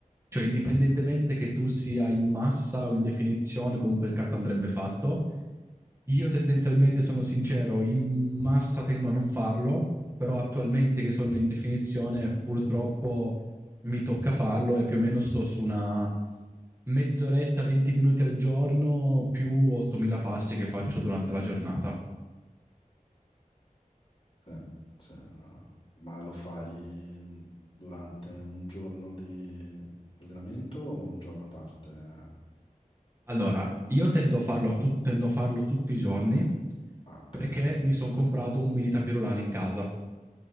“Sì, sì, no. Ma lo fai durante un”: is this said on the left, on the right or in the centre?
Left